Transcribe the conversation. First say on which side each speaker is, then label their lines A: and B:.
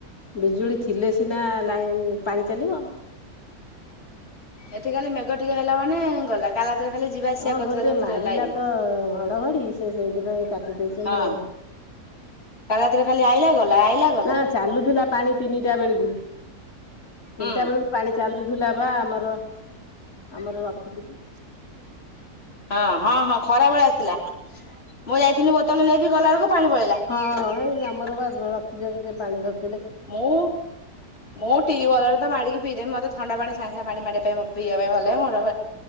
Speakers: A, on the left; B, on the left.
A: ବିଜୁଳି ଥିଲେ ସିନା ଲାଇନ ପାଣି ଚାଲିବ
B: ଏଠିଖାଲି ମେଘ ଟିକେ ହେଲା ମାନେ ଗଲା କାଲି ରାତିରେ ଖାଲି ଯିବା ଆସିବା
A: ହଁ
B: କରୁଥିଲା
A: ଗୋଟେ
B: ଯେମିତି
A: ମାରିଲା
B: ଲାଇନି।
A: ତ ଘଡଘଡି ସେ ସେଇଥିପାଇଁ କାଟି ଦେଇେଇଛନ୍ତି
B: ହଁ
A: ଆଉ
B: କାଲି ରାତିରେ ଖାଲି ଆଇଲା ଗଲା। ଆଇଲା ଗଲା
A: ନା ଚାଲୁଥିଲା ପାଣି ତିନିଟା ବେଳକୁ ତିନିଟା
B: ହୁଁ
A: ବେଳକୁ ପାଣି ଚାଲୁଥିଲା ବା ଆମର ଆମର ରଖୁଥିଲୁ।
B: ହଁ ହଁ ହଁ ଖରା ବେଳେ ଆସିଲା ମୁଁ ଯାଇଥିଲି ବୋତଲ ନେଇକି ଗଲା ବଳକୁ ପାଣି ପଳେଇଲାା
A: ହଁ ଏଇ ଆମର ବା ରଖିଛନ୍ତି ସେ ପାଣି ଧର
B: ମୁଁ ମୁଁ ଟିୱଲ ରେ ତ ମାଡିକି ପିଇଦେବି ମତେ ଥଣ୍ଡା ପାଣି ସାଙ୍ଗେ ସାଙ୍ଗ ପାଣି ମାଡିବା ପାଇଁ ପିଇବା ପାଇଁ ଭଲ ମୋର